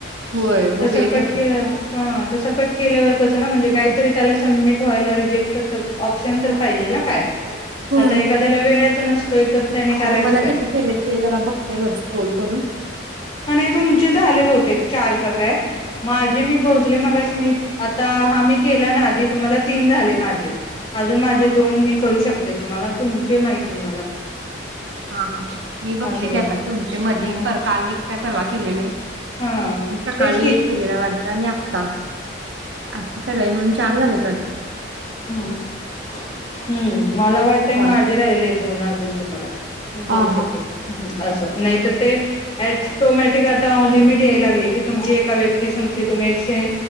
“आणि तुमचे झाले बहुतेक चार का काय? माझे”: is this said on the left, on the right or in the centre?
Left